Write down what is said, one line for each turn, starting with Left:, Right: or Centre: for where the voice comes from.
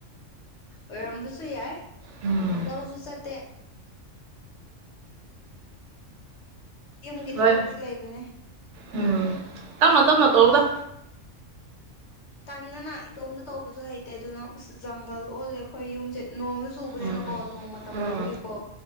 Left: ꯑꯣꯏꯔꯝꯕꯁꯨ ꯌꯥꯏ
Right: ꯎꯝ
Left: ꯂꯧꯁꯨ ꯆꯠꯇꯦ ꯌꯨꯝꯒꯤ
Right: ꯍꯣꯏ
Left: ꯊꯕꯛꯇꯤ ꯂꯩꯕꯅꯦ
Right: ꯎꯝ ꯇꯃ ꯇꯝꯅ ꯇꯧꯕꯗ
Left: ꯇꯟꯅꯅ ꯏꯇꯣꯝꯇ ꯇꯧꯕꯁꯨ ꯍꯩꯇꯦ ꯑꯗꯨꯅ ꯑꯁ ꯖꯪꯒꯜ ꯑꯣꯜꯂꯦ ꯑꯩꯈꯣꯏ ꯌꯨꯝꯁꯦ ꯅꯣꯡꯁꯨ ꯆꯨꯕꯅꯤꯅꯀꯣ
Right: ꯎꯝ
Left: ꯅꯣꯡ ꯃꯇꯝ
Right: ꯎꯝ
Left: ꯑꯣꯏꯕꯒꯤꯀꯣ